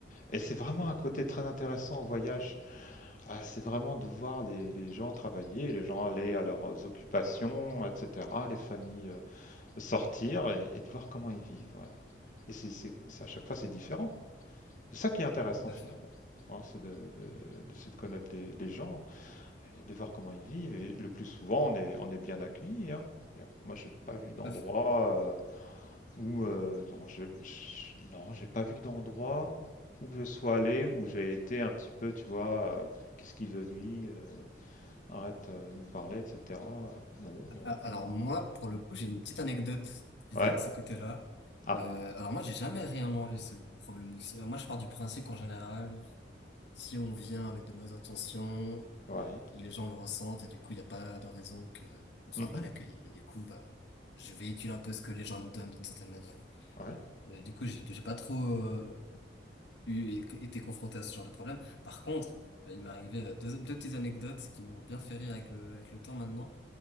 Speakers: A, on the left; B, on the left.
A: et c'est vraiment
B: Mm.
A: un côté très intéressant en voyage. Ah, c'est vraiment de voir les, les gens travailler, les gens aller à leurs occupations, etc., les familles euh, sortir et, et de voir comment ils vivent. ouais. Et c'est, c'est- c'est- à chaque fois, c'est différent. C'est ça qui est intéressant
B: tout à
A: finalement.
B: fait,
A: hein, c'est de, de- d'essayer de connaître les, les gens. et de voir comment ils vivent. Et le plus souvent, on est, on est bien accueilli. hein. Y a- Moi, j'ai pas vu d'endroit
B: tout à fait.
A: euh, où euh, non, je, je- non, j'ai pas vu d'endroit où que je sois allé où j'ai été un petit peu, tu vois, euh, qu'est-ce qu'il veut lui, euh, arrête euh, de nous parler, etc. Euh, Non, non.
B: Ah, Alors
A: c'est-
B: moi, pour le coup, j'ai une petite anecdote vis-à-vis
A: Ouais.
B: de ce côté-là.
A: Ah,
B: Euh, alors moi, j'ai jamais réellement eu ce problème aussi. Moi, je pars du principe qu'en général, si on vient avec de bonnes intentions,
A: ouais.
B: les gens le ressentent et du coup, il n'y a pas de raison que on soit
A: Mhm.
B: mal accueilli. Et du coup, bah, je véhicule un peu ce que les gens me donnent d'une certaine manière.
A: Ouais.
B: Euh, du coup, j'ai j'ai pas trop euh, eu été confronté à ce genre de problème. Par contre, euh, il m'est arrivé euh, deux, deux petites anecdotes qui m'ont bien fait rire avec le avec le temps maintenant.